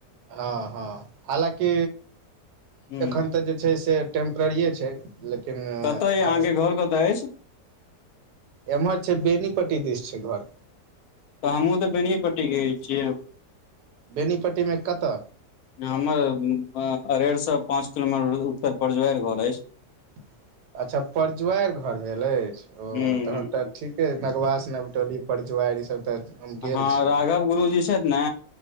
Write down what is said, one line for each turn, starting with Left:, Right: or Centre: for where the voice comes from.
Right: हँ हँ हालाँकि
Left: हूँ
Right: एखन तऽ जे छै से टेंपरेरीए छै लेकिन
Left: कतऽ अ
Right: हबे
Left: अहाँके घर कतऽ अछि
Right: एम्हर छै बेनी पट्टी दिश छै घर
Left: तऽ हमहूँ तऽ बेनियए पट्टी गे छियै
Right: बेनीपट्टीमे कतऽ
Left: हमर अरेरसँ पाँच किलोमीटर उत्तर परजुआइर घर अछि
Right: <inaudible> अच्छा परजुआइर घर भेल अछि ओ
Left: हूँ
Right: तहन तऽ ठीके नगवास नवटोली परजुआइर ई सब तऽ हम गेल
Left: हँ
Right: छी
Left: राघव
Right: उम्हर
Left: गुरुजी छथि ने